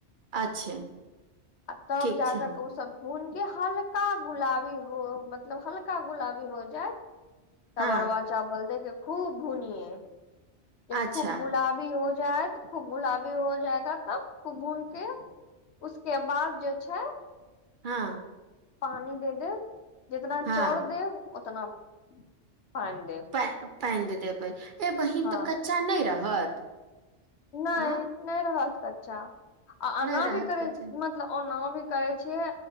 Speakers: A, on the right; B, on the left.
A: अच्छे
B: तब
A: ठीक
B: जा
A: छै
B: करके उ सब हुनके हल्का गुलाबी हो मतलब हल्का गुलाबी हो जायत तब
A: हँ
B: अरबा चावल दे के खूब भुनियए जब
A: अच्छा
B: खूब गुलाबी हो जाइत तऽ खूब गुलाबी हो <unintelligible> तब भुनके <unintelligible> बाद जे छै
A: हँ
B: पानि दे देब, जितना
A: हँ
B: चाउर देब उतना पानि देब
A: पानि दे देबै, ए बहिन
B: हँ
A: तऽ कच्चा नहि रहत?
B: नहि,
A: हँ
B: नहि रहत कच्चा, आ एना
A: नहि रहत
B: भी करै
A: कच्चा
B: मतलब ओना भी करे छियै